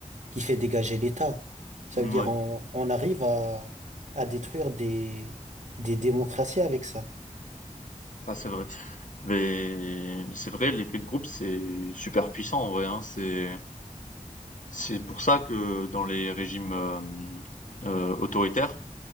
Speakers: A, on the right (about 65°); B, on the left (about 70°).
A: qui fait dégager l'État. Ça
B: Ouais,
A: veut dire on, on arrive à, à détruire des, des démocraties avec ça.
B: ça, c'est vrai. Mais c'est vrai, l'effet de groupe, c'est super puissant, en vrai, hein. C'est c'est pour ça que dans les régimes, hem, heu, autoritaires,